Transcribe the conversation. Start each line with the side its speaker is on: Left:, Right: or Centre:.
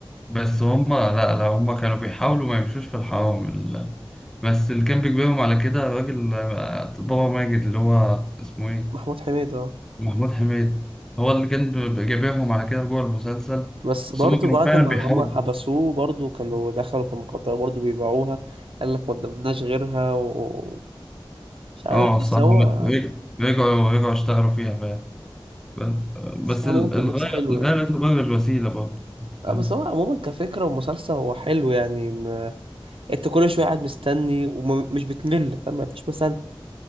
Centre: بس هم لا لا هم كانوا بيحاولوا ما يمشوش في الحرام ال... بس اللي كان بيجبرهم على كده الراجل آه، بابا ماجد اللي هو اسمه ايه
Right: محمود حميد اه
Centre: محمود حميد هو اللي كان ب- ب- جايبهم على كده جوه المسلسل
Right: بس
Centre: بس
Right: برضو
Centre: هم كانوا
Right: بعد
Centre: فعلا
Right: ما
Centre: بيحاولوا
Right: هم حبسوه برضو كانوا دخلوا في المخدرات برضو بيبيعوها قال لك ما قدمناش غيرها ومش عارف
Centre: اه
Right: بس
Centre: صح
Right: هو
Centre: رجعوا رجعوا اشتغلوا فيها فعلا ب-
Right: بس
Centre: بس
Right: هو
Centre: ال-
Right: عموما كان
Centre: الغاية
Right: ميكس حلو
Centre: الغاية
Right: يعني
Centre: لا تبرر الوسيلة برضه
Right: اه
Centre: فاهم
Right: بس هو عموما كفكرة ومسلسل هو حلو يعني م- انت كل شوية قاعد مستني ومش بتمل فاهم مفيش مثلا